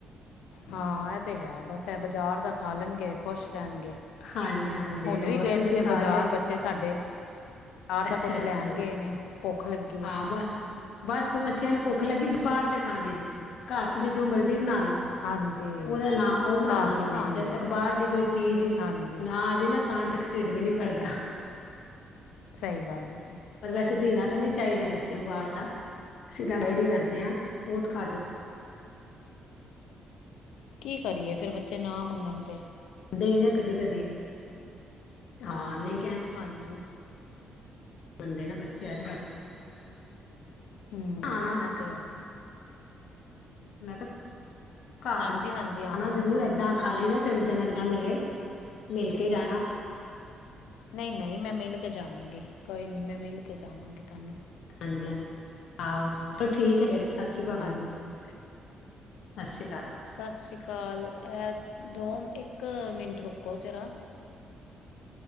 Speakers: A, on the left; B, on the left.
A: ਹਾਂ ਐ ਤੇ ਹੈ ਬਸ ਏਹ ਬਜ਼ਾਰ ਦਾ ਖਾ ਲੈਣਗੇ ਖੁਸ਼ ਰਹਿਣਗੇ।
B: ਹਾਂਜੀ ਹਾਂਜੀ
A: ਹੋਨ
B: ਹੋਰ
A: ਵੀ ਗਏ
B: ਤੁਸੀਂ
A: ਦੇ ਨੇ
B: ਖਾ
A: ਬਜਾਰ
B: ਰਹੇ
A: ਬੱਚੇ ਸਾਡੇ। ਆਰ ਦਾ
B: ਅੱਛਾ
A: ਕੋੱਛ
B: ਅੱਛਾ
A: ਲੈਨ ਗਏ ਨੇ, ਭੋਖ ਲੱਗ
B: <unintelligible> ਬਸ ਬੱਚੇਆਂ ਨੂੰ ਭੁੱਖ ਲੱਗੀ ਬਾਰ ਦੇ ਖਾਣੇ ਦੀ, ਘਰ ਤੁਸੀ ਜੋ ਮਰਜੀ ਬਨਾ ਲੋ।
A: ਹਾਂਜੀ
B: ਓਦੇ ਨਾਲ ਓ ਲਿਆਨਾ
A: ਘਰ ਨਹੀਂ
B: ਓਨਾਂ
A: ਖਾਣਗੇ
B: ਨੇਂ, ਜਦ ਤੱਕ ਬਾਰ ਦੀ ਕੋਈ ਚੀਜ਼
A: ਹਾਂਜੀ
B: ਨਾ ਆ ਜਾਏ ਨਾ, ਤਾਂ ਤੱਕ ਢਿੱਡ ਵੀ ਨੀ ਭਰਦਾ।
A: ਸਈ ਗੱਲ ਐ ਜੀ।
B: ਪਰ ਵੈਸੇ ਦੇਨਾ ਤਾਂ ਨੀ ਚਾਈਦਾ ਬੱਚੇ ਨੂੰ ਬਾਰ ਦਾ, ਅਸੀਂ ਤਾਂ ਅਵੋਇਡ ਈ ਕਰਦੇ ਆਂ ਬੋਤ ਘੱਟ
A: ਕੀ ਕਰੀਏ ਫਿਰ ਬੱਚੇ ਨਾ ਮੰਨਣ ਤੇ?
B: ਦੇਈ ਦਾ ਕਦੀ-ਕਦੀ ਹਾਂ ਨਈ
A: ਹਾਂਜੀ।
B: ਮੰੰਦੇ ਨਾ ਬੱਚੇ <unintelligible>
A: ਹੂੰ,
B: ਹਾਂ ਨਾ
A: ਐ ਤੇ ਹੈ।
B: ਮੈਂ ਤਾ ਘਰ
A: ਹਾਂਜੀ ਹਾਂਜੀ ਆਵਾਂਗੀ
B: ਆ ਨਾ ਜ਼ਰੂਰ
A: ਮੈਂ
B: ਏਦਾਂ ਖਾਲੀ ਨਾ ਚਲੇ ਜਾਨਾ ਬਿਨਾ ਮਿਲੇ, ਮਿਲ ਕੇ ਜਾਨਾ।
A: ਨਈ-ਨਈ, ਮੈਂ ਮੇਲ ਕੇ ਜਾਵਾਂਗੀ। ਕੋਈ ਨੀ ਮੈਂ ਮੇਲ ਕੇ ਜਾਵਾਂਗੀ ਤਾਨੂੰ।
B: ਹਾਂਜੀ ਹਾਂਜੀ ਆਹੋ ਚਲੋ ਠੀਕ ਹੈ ਫੇਰ। ਸਸ਼੍ਰੀ ਕਾ ਭਾਬੀ
A: ਹਾਂਜੀ।
B: ਜੀ, ਸਸ਼੍ਰੀ ਕਾਲ।
A: ਸਸ ਸ਼੍ਰੀ ਕਾਲ, ਇਹ ਦੋ, ਇੱਕ ਮਿੰਟ ਰੁਕੋ ਜਰਾ।